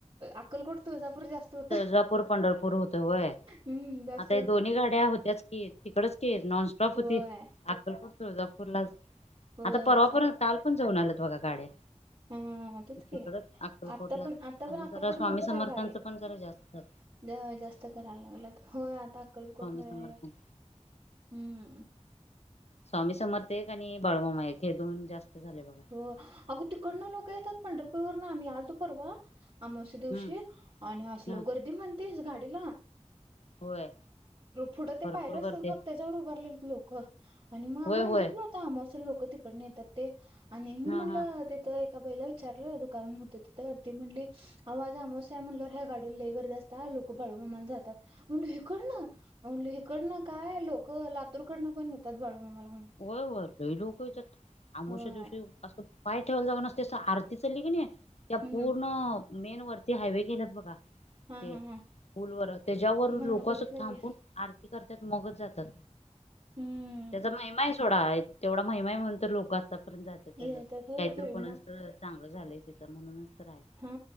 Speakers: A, on the right (about 40°); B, on the left (about 65°).
A: अक्कलकोट तुळजापूर जास्त होत.
B: तुळजापूर पंढरपूर होते होय
A: हम्म जास्त
B: आता
A: होत
B: या दोन्ही
A: ते
B: गाड्या होत्याच की तिकडंच की नॉनस्टॉप
A: होय
B: होती. अक्कलकोट तुळजापूरला
A: होय
B: आता परवा
A: सार
B: पण काल पण जाऊन आलंत बघा गाड्या
A: हम्म तेच
B: तिकडच
A: की
B: अक्कलकोटलाच
A: आता पण आता पण
B: आणि
A: अक्कलकोट
B: जरा स्वामी
A: मधच
B: समर्थांचं
A: आहे गाडी
B: पण जरा जास्त झालं
A: होय जास्त करायला लागलं तर होय आता अक्कलकोट
B: स्वामी
A: मध्ये
B: समर्थांच
A: गाडी आहे. हम्म
B: स्वामी समर्थ एक आणि बाळुमामा एक हे दोन जास्त झाले बघ
A: हो अग तिकडनं लोक येतात पंढरपूर वर ना आम्ही यालतो परवा अमावास्या दिवशी
B: हम्म
A: आणि असलो
B: हा
A: गर्दी म्हणतेस गाडीला
B: होय
A: पुढं ते
B: भरपूर
A: पायरे असतात
B: गर्दी
A: बघ त्याच्यावर उभारले लोक आणि मग
B: होय
A: आम्हाला माहित
B: होय
A: नव्हतं अमोशाला लोक तिकडं येतात ते आणि मी
B: हा
A: म्हटलं
B: हा
A: तर एका बाईला विचारल दुकान होत तिथं ती म्हणली होती ते आव आज अमावास्या आहे म्हणलं ह्या गाडी लय गर्दी जास्त लोक बाळूमाला जातात मी म्हणटल इकडं न म्हणटली इकडनं काय लोक लातूरकडनं पण येतात बाळूमामा म्हणली
B: होय लय लोक येतात अमावास्या
A: होय
B: दिवशी असं पाय ठेवायला जाग नसतेसं आरती चालली की नाही त्या
A: हम्म
B: पूर्ण मेन वरती हायवे गेलात बघा
A: हा
B: ते
A: हा हा
B: पुलावर त्याच्यावर लोक
A: हा बघितलं
B: असं थांबून
A: की
B: आरती करतात मगच जातात
A: हम्म
B: त्याचा <inaudible> तेवढा महिमा आहे म्हणून तर लोक आत्तापर्यंत जातात त्याच
A: येतात होय
B: काहीत
A: की
B: कोणा
A: मग
B: अस चांगलं झालंय तिथं म्हणूनच तर आहे
A: हा